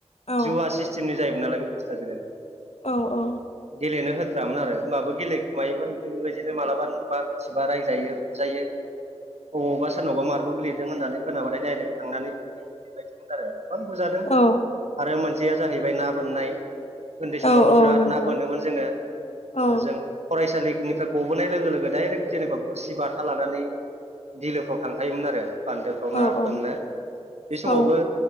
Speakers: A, on the left; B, on the right.
A: औ
B: जुवा सिस्टेमनि जायोमोन नालाय बे बुस्थुआ गेले-
A: औ औ
B: गेलेनो होथ्रामोन आरो होमबाबो गेलेखुमायोमोन बेबायदिनो मालाबा नुबा मिथिबा रायजायो बुजायो अबावबा सोरनावबा मारबल गेलेदों होननानै‌ खोनाबाथाय दायरेक थांनानै‌ बे बायदिमोन आरो गोबां बुजादों
A: औ
B: आरो मोन- सेया जाहैबाय ना बोननाय उन्दै समावथ'
A: औ औ
B: बिराद
A: नंगौ
B: ना बो- नोमोन जोङो
A: औ
B: ओजों फरायसालि बिनिफ्राय गबोनाय लोगो लोगो डाइरेक्ट जेनेबा बोरसि बाथा लानानै बिलोफ्राव थांखायोमोन आरो बान्दोफ्राव
A: औ
B: ना
A: औ
B: बोननो बे समावबो
A: औ